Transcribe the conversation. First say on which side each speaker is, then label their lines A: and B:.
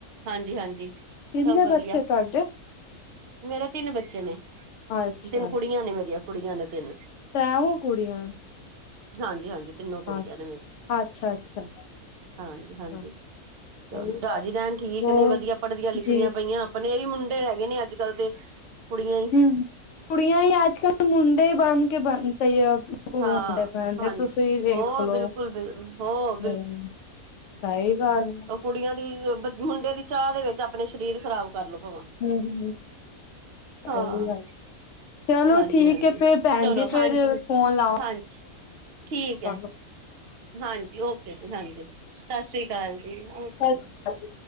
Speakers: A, on the right (about 50°); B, on the left (about 60°).
A: ਹਾਂਜੀ-ਹਾਂਜੀ ਸਭ
B: ਕਿੰਨੇ
A: ਵਦਿਆ।
B: ਬੱਚੇ ਤੁਹਾਡੇ
A: ਮੇਰੇ ਤਿੰਨ ਬੱਚੇ ਨੇ
B: ਅੱਛਾ
A: ਤਿੰਨ ਕੁੜੀਆਂ ਨੇ ਮੇਰੀਆਂ ਕੁੜੀਆਂ ਨੇ ਤਿੰਨ।
B: ਤੈ੍ ਓ ਕੁੜੀਆਂ?
A: ਹਾਂਜੀ-ਹਾਂਜੀ ਤਿੰਨੋ ਕੁੜੀਆਂ
B: ਅੱਛਾ
A: ਨੇ ਮੇਰੀ
B: ਅੱਛਾ ਅੱਛਾ
A: ਹਾਂਜੀ-ਹਾਂਜੀ।
B: ਅੱਛਾ, ਸਹੀ
A: ਚਲੋ ਰਾਜੀ
B: ਗੱਲ
A: ਰੈਨ ਠੀਕ
B: ਹੋਰ
A: ਨੇ ਵਦਿਆ ਪੜ੍ਹਦੀਆਂ ਲਿਖਦੀਆਂ
B: ਜੀ
A: ਪਈਆਂ। ਆਪਣੇ ਹੀ ਮੁੰਡੇ ਹੈਗੇ ਨੇ ਅੱਜ-ਕੱਲ ਤੇ ਕੁੜੀਆਂ
B: ਹਮ
A: ਈ
B: ਕੁੜੀਆਂ ਈ ਅੱਜ-ਕਲ੍ਹ ਮੁੰਡੇ ਹੀ ਬਣ‌ ਕੇ ਬਣ <unintelligible> ਓ
A: ਹਾਂ
B: ਪੈਨ
A: ਹਾਂਜੀ
B: ਤੁਸੀਂ ਵੇਖ
A: ਹੋ
B: ਲੋ
A: ਬਿਲਕੁਲ ਬਿਲ ਹੋ
B: ਸਈ ਸਹੀ ਗੱਲ ਆ
A: ਉ ਕੁੜੀਆਂ ਦੀ ਮੁੰਡੇ ਦੀ ਚਾਅ ਦੇ ਵਿੱਚ ਆਪਨੇ ਸ਼ਰੀਰ ਖ਼ਰਾਬ ਕਰਲੋ ਭਵਾ।
B: ਹੂੰ-ਹੂੰ। ਸਈ
A: ਹਾਂ
B: ਗੱਲ ਚਲੋ
A: ਹਾਂਜੀ
B: ਠੀਕ
A: ਹਾਂਜੀ
B: ਏ ਫੇਰ ਭੈਨ
A: ਚਲੋ
B: ਜੀ ਫੇਰ
A: ਹਾਂਜੀ
B: ਫੋਨ ਲਾਵ
A: ਹਾਂਜੀ ਠੀਕ ਹੈ
B: <inaudible>
A: ਹਾਂਜੀ ਓਕੇ ਜੀ ਹਾਂਜੀ ਸਤਿ ਸ੍ਰੀ ਅਕਾਲ ਜੀ ਓਕੇ
B: ਸਤਿ ਸ੍ਰੀ ਅਕਾਲ ਜੀ